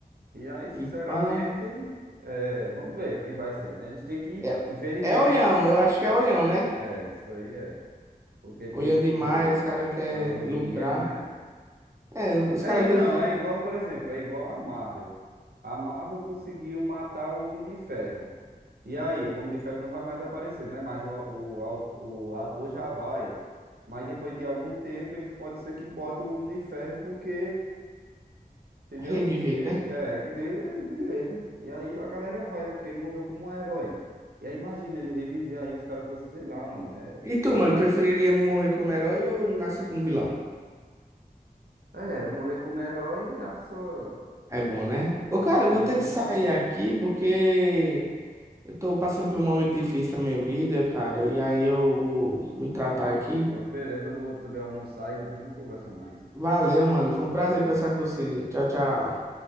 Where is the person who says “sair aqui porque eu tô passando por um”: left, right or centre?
Right